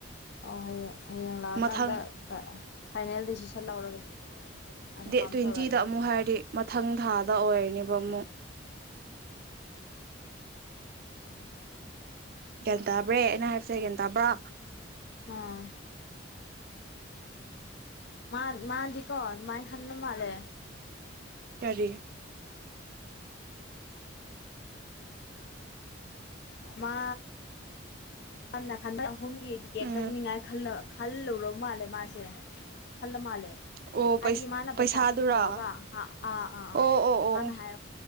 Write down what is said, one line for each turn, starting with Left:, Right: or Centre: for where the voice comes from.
Left: ꯑꯣ ꯍꯥꯢꯌꯦ ꯍꯌꯦꯡ ꯂꯥꯛꯑꯀꯥꯟꯗ
Right: ꯃꯊꯪ
Left: ꯑ ꯐꯥꯢꯅꯦꯜ ꯗꯤꯁꯤꯖꯟ ꯂꯧꯔꯒꯦ ꯀꯟꯐꯥꯝ
Right: ꯗꯦꯠ ꯇ꯭ꯋꯦꯟꯇꯤꯗ
Left: ꯇꯧꯔꯅꯤ
Right: ꯑꯃꯨꯛ ꯍꯥꯏꯔꯗꯤ ꯃꯊꯪ ꯊꯥꯗ ꯑꯣꯢꯔꯅꯤꯕ ꯑꯃꯨꯛ ꯒ꯭ꯌꯥꯟ ꯇꯥꯕ꯭ꯔꯦ ꯑꯩꯅ ꯍꯥꯢꯕꯁꯦ ꯒ꯭ꯌꯥ ꯇꯕ꯭ꯔꯣ
Left: ꯑꯥ ꯃꯥꯟ ꯃꯥ ꯗꯤꯀꯣ ꯑꯗꯨꯃꯥꯥꯢꯅ ꯈꯥꯟꯕ ꯃꯥꯜꯂꯦ <unintelligible>
Right: ꯀꯔꯤ
Left: ꯃꯥ ꯑꯟꯅ ꯍꯟꯅ ꯑꯍꯨꯝꯒꯤ ꯇꯤꯀꯦꯠ
Right: ꯎꯝ
Left: ꯀꯛꯅꯤꯡꯉꯥꯢ ꯈꯜꯂ ꯈꯜꯂꯨꯔꯕ ꯃꯥꯜꯂꯦ ꯃꯥꯁꯦ ꯈꯜꯂ ꯃꯥꯜꯂꯦ
Right: ꯑꯣ
Left: ꯍꯥꯢꯗꯤ ꯃꯥꯅ
Right: ꯄꯩꯁꯥꯗꯨꯔꯥ
Left: ꯄꯩꯁꯥ ꯄꯨꯊꯣꯛꯑꯒ ꯑꯥ ꯑꯥ ꯑꯥ
Right: ꯑꯣ ꯑꯣ ꯑꯣ
Left: ꯃꯥꯅ ꯍꯥꯢ